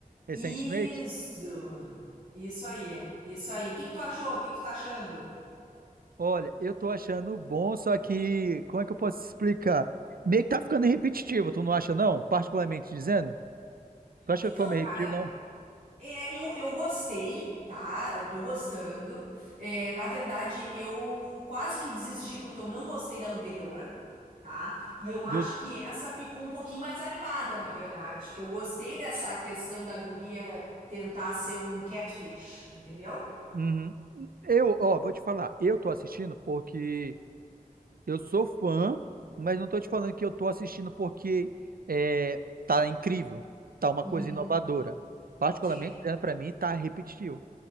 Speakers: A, on the right; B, on the right.
A: Recentemente.
B: Isso! Isso aí, isso aí. O que que tu achou? O que que tu tá achando?
A: Olha, eu tô achando bom, só que como é que eu posso explicar? Meio que tá ficando repetitivo, tu não acha, não? Particularmente dizendo? Tu acha
B: Então,
A: que foi meio
B: cara,
A: repetitivo, não?
B: É, eu, eu gostei, tá? Eu tô gostando. É, na verdade, eu quase que desisti porque eu não gostei da anterior, tá? E eu acho
A: Do...
B: que essa ficou um pouquinho mais animada, na verdade. Que eu gostei dessa questão da guria tentar ser um catfish, entendeu?
A: Uhum. Eu, ó, vou te falar. Eu tô assistindo porque Eu sou fã, mas não tô te falando que eu tô assistindo porque é, tá incrível, tá uma
B: Uhum,
A: coisa inovadora. Particularmente,
B: sim.
A: olhando pra mim, tá repetitivo.